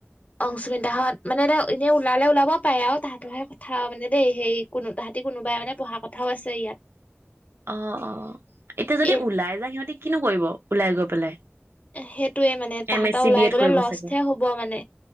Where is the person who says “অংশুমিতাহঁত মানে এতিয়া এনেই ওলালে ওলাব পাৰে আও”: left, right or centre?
Left